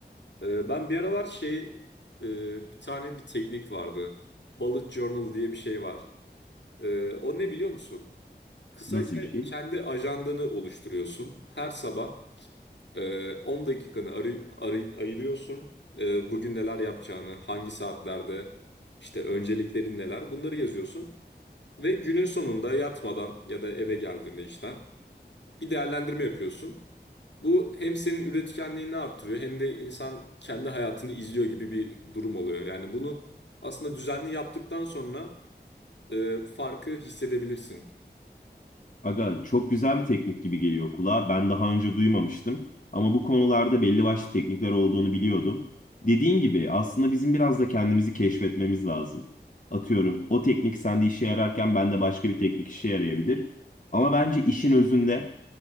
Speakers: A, on the left; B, on the left.
A: Ee, ben bir aralar şey, e, bir tane bir teknik vardı. Bullet Journal diye bir şey var. Ee, o ne biliyor musun? Kısaca
B: Nasıl bir şey?
A: kendi ajandanı oluşturuyorsun. Her sabah ee, 10 dakikanı arı- arı- ayırıyorsun. Ee, bugün neler yapacağını, hangi saatlerde, işte önceliklerin neler, bunları yazıyorsun. Ve günün sonunda yatmadan ya da eve geldiğinde işten bir değerlendirme yapıyorsun. Bu hem senin üretkenliğini arttırıyor hem de insan kendi hayatını izliyor gibi bir durum oluyor. Yani bunu aslında düzenli yaptıktan sonra e, farkı hissedebilirsin.
B: Aga çok güzel bir teknik gibi geliyor kulağa. Ben daha önce duymamıştım. Ama bu konularda belli başlı teknikler olduğunu biliyordum. Dediğin gibi aslında bizim biraz da kendimizi keşfetmemiz lazım. Atıyorum o teknik sende işe yararken bende başka bir teknik işe yarayabilir. Ama bence işin özünde